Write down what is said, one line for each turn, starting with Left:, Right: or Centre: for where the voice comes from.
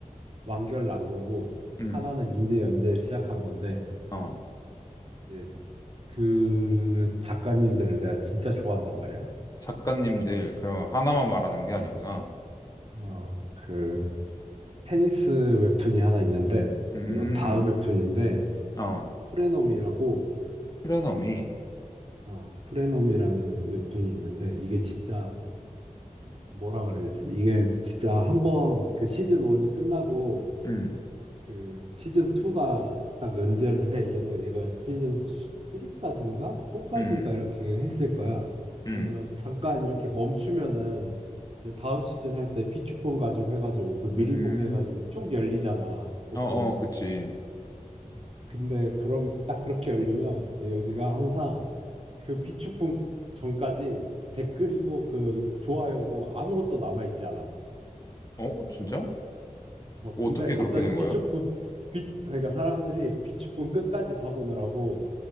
Right: 완결 난 거고
Left: 응,
Right: 하나는 인제 연재를 시작한 건데
Left: 어.
Right: 이제 그 작가님들을 내가 진짜 좋아한단 말이야.
Left: 작가님들, 그, 하나만 말하는 게
Right: 어,
Left: 아니구나.
Right: 어, 그 테니스 웹툰이 하나 있는데
Left: 음,
Right: 이건 다음 웹툰인데
Left: 어.
Right: 프레넘이라고
Left: 프레너미.
Right: 어, 프레넘이라는 웹툰이 있는데 이게 진짜 뭐라 그래야 되지? 이게 진짜 한번 그 시즌 1이 끝나고
Left: 음,
Right: 그 시즌 2가 딱 연재를 해. 얘네, 얘가 시즌 3까지인가? 4까지인가?
Left: 음,
Right: 이렇게 했을 거야.
Left: 음,
Right: 그러면 잠깐 이렇게 멈추면은 이제 다음 시즌 할 때 비축본 가지고 해가지고 그 미리
Left: 음.
Right: 보기 해가지고 쭉 열리잖아, 보통.
Left: 어, 어, 그치.
Right: 음. 근데 그럼 딱 그렇게 열리면 여기가 항상 그 비축본 전까지 댓글이고 그 좋아요고 아무것도 남아있지 않아.
Left: 어, 진짜?
Right: 어,
Left: 어떻게
Right: 근데 갑자기
Left: 그렇게 된
Right: 비축분,
Left: 거야?
Right: 비, 그러니까 사람들이 비축분 끝까지 다 보느라고